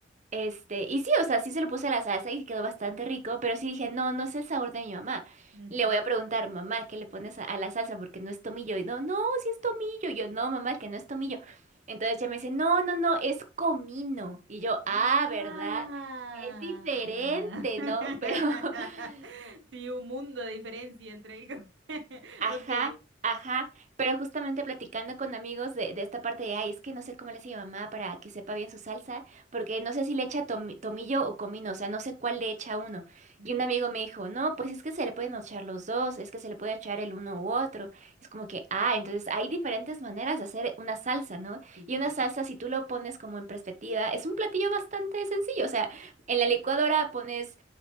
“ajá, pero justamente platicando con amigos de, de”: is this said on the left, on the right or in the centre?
Right